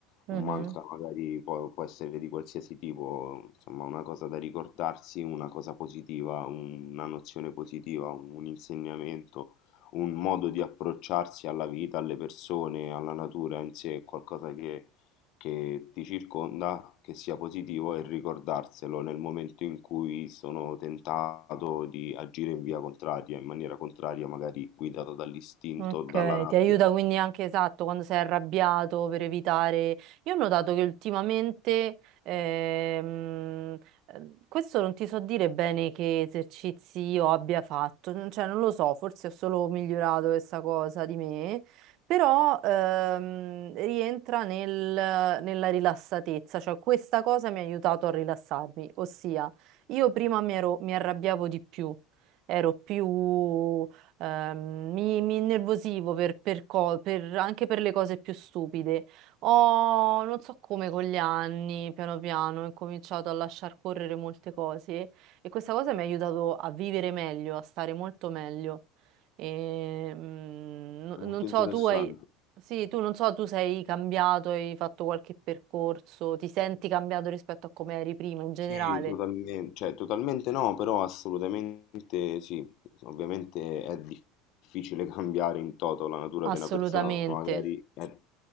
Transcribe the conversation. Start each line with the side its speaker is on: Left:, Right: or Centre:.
Right: Mhm.
Left: un mantra magari può può essere di qualsiasi tipo, insomma una cosa da ricordarsi, una cosa positiva, un- una nozione positiva, un insegnamento un modo di approcciarsi alla vita, alle persone, alla natura in sé, è qualcosa che, che ti circonda, che sia positivo e ricordarselo nel momento in cui sono tentato di agire in via contraria, in maniera contraria, magari guidato dall'istinto
Right: Ok,
Left: o dalla rabbia.
Right: ti aiuta
Left: È
Right: quindi anche esatto quando sei arrabbiato per evitare. Io ho notato che ultimamente, ehm, eh, questo non ti so dire bene che esercizi io abbia fatto, non- cioè non lo so, forse ho solo migliorato questa cosa di me, però ehm, rientra nel- nella rilassatezza, cioè questa cosa mi ha aiutato a rilassarmi, ossia io prima mi ero- mi arrabbiavo di più, ero più Ehm, mi, mi innervosivo per- per co- per- anche per le cose più stupide. Ho, non so come, con gli anni, piano piano, ho incominciato a lasciar correre molte cose e questa cosa mi ha aiutato a vivere meglio, a stare molto meglio. E, mm, no-
Left: molto
Right: non
Left: interessante.
Right: so, tu hai... Sì, tu non so, tu sei cambiato, hai fatto qualche percorso, ti senti cambiato rispetto a come eri prima in generale?
Left: Sì, totalmente, cioè totalmente no, però assolutamente sì. Ovviamente è difficile <laughs> cambiare in toto la natura
Right: Assolutamente,
Left: di una persona, magari eh,